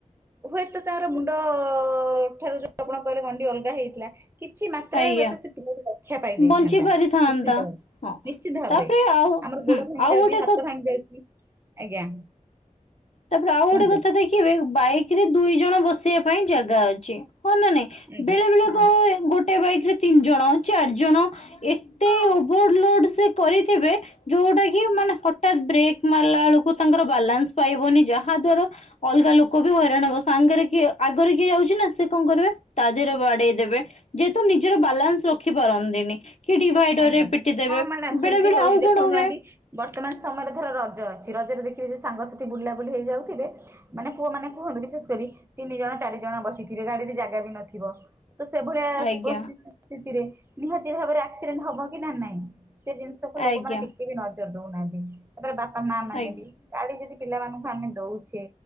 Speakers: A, on the right; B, on the left.
A: ହୁଏତ ତାର ମୁଣ୍ଡ ଠାରୁ ଯି ଆପଣ କହିଲେ ଗଣ୍ଡି ଅଲଗା ହେଇଥିଲା। କିଛି ମାତ୍ରାରେ
B: ଆଜ୍ଞା
A: ହୁଏତ ସେ ପିଲା ରକ୍ଷା ପାଇଯାଇଥାନ୍ତା।
B: ବଞ୍ଚି ପାରିଥାନ୍ତା
A: ନିଶ୍ଚିନ୍ତ
B: ହଁ
A: ଭାବରେ
B: ତାପରେ ଆଉ
A: ଆମର
B: ହୁଁ
A: ଗୋଡ ଭାଙ୍ଗି
B: ଆଉ
A: ଯାଉଛି
B: ଗୋଟେ
A: ହାତ
B: କଥା
A: ଭାଙ୍ଗି ଯାଉଛି ଆଜ୍ଞା।
B: ତାପରେ ଆଉ
A: କୁହନ୍ତୁ
B: ଗୋଟେ କଥା ଦେଖିବେ ବାଇକରେ ଦୁଇ ଜଣ ବସେଇ ପାଇଁ ଜାଗା ଅଛି ହଁ ନା ନାଇଁ?
A: ଆଜ୍ଞା
B: ବେଳେ ବେଳେ
A: ହଁ
B: କଣ ହୁଏ ଗୋଟେ ବାଇକ ରେ ତିନି ଜଣ ଚାରି ଜଣ ଏତେ
A: ହଁ
B: ଓଭର ଲୋଡ ସେ କରିଥିବେ ଯୋଉଟା କି ମାନେ ହଠାତ୍ ବ୍ରେକ୍ ମାରିଲା ବେଳକୁ ତାଙ୍କର ବାଲାନ୍ସ ପାଇ କୁହନି ଯାହା ଦ୍ଵାରା ଅଲଗା ଲୋକ ବି ହଇରାଣ ହବ ସାଙ୍ଗରେ କିଏ ଆଗରେ କିଏ ଯାଉଛି ନା ସେ କଣ କରିବେ ତା ଦେହରେ ବାଡେଇ ଦେବେ ଯେହେତୁ ନିଜର ବାଲାନ୍ସ ରଖି ପାରନ୍ତିନି। କି ଡିଭାଇଡର
A: ଆଜ୍ଞା
B: ରେ ପିଟି ଦେବେ
A: ହଁ ମ୍ୟାଡାମ ସେମିତି
B: ବେଳେ ବେଳେ
A: ହଉଛି
B: ଆଉ
A: ଦେଖୁନାହାନ୍ତି
B: କଣ ହୁଏ
A: ବର୍ତ୍ତମାନ ସମୟରେ ଧର ରଜ ଅଛି ରଜରେ ଦେଖିବେ ଯେ ସାଙ୍ଗସାଥି ବୁଲା ବୁଲି ହେଇଯାଉଥିବେ। ମାନେ ପୁଅ ମାନେ କୁହନ୍ତି ବିଶେଷ କରି ତିନି ଜଣ ଚାରି ଜଣ ବସିଥିବେ ଗାଡିରେ ଜାଗା ବି ନଥିବ। ତ ସେଭଳିଆ
B: ଆଜ୍ଞା
A: ସି ସ୍ଥିତିରେ ନିହାତି ଭାବରେ ଆକ୍ସିଡେଣ୍ଟ ହବ କି ନା ନାଇଁ? ସେ ଜିନିଷକୁ ଲୋକମାନେ
B: ଆଜ୍ଞା
A: ଟିକେ ବି ନଜର ଦଉନାହାନ୍ତି ତାପରେ ବାପା ମା ମାନେ
B: ଆଜ୍ଞା
A: ବି ଗାଡି ଯଦି ପିଲାମାନଙ୍କୁ ଆମେ ଦଉଛେ